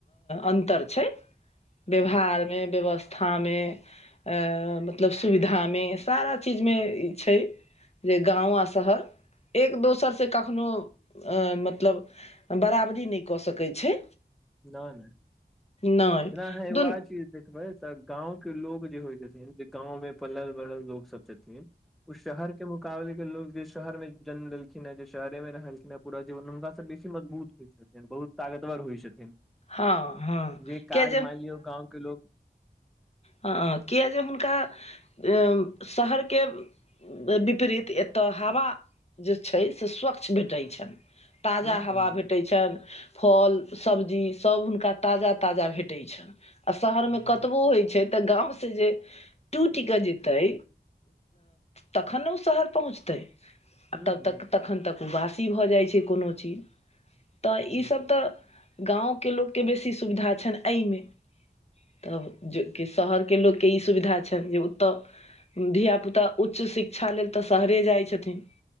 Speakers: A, on the left; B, in the centre.
A: अन्तर छै व्यवहारमे
B: हूं
A: व्यवस्था था में अ मतलब सुविधा मे सारा चीज मे ई छै। जे गाँव आ शहर एक दोसरसँ कखनोहु मतलब बराबरी नहि कऽ सकै छै।
B: नहि <unintelligible> नहि
A: नहि
B: जे ह एगो
A: दुन
B: आर चीज देखबै। तऽ गाँव के लोक जे होइ छथिन जे गाँंव मे पलल बढ़ल लोक सब छथिन। ओ शहर के मुकाबले के लोग जे शहर मे जन्म लेलखिन हे जे शहरे में रहलखिन हे। पूरा जीवन हुनकासँ बेसी मजबूत होइ छथिन, बहुत तागतवर होइ छथिन।
A: हँ हँ
B: जे
A: किया
B: काज माइन लियौ गाँव के लोक
A: हँँ किए जे हुनका अम शहरके विपरीत एतय हवा जे छै, से स्वच्छ भेटै छै। ताजा
B: हम्म
A: हवा
B: हम्म
A: भेटै छन फल सब्जी सभ हुनका ताजा ताजा भेटै छनि आ शहरमे
B: हम्म
A: कतबो होइत छै? तऽ गावसँ जे टू टिकट जेतै तखन ने ओ शहर पहुँचतै? आ
B: हम्म
A: तब तक तखन तक बासी भऽ जाइ छै कोनो चीज? तऽ
B: हम्म।
A: ईसभ तऽ गाँवके लोकके बेसी सुविधा छनि एहिमे, तब जे कि शहरके लोककेँ ई सुविधा छेन। जे उ त धियापुता उच्च शिक्षा लेल तऽ शहरे जाइत छथिन?